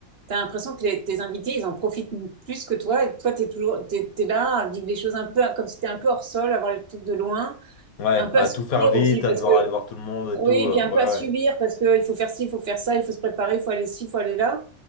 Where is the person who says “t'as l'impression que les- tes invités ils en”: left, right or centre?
Right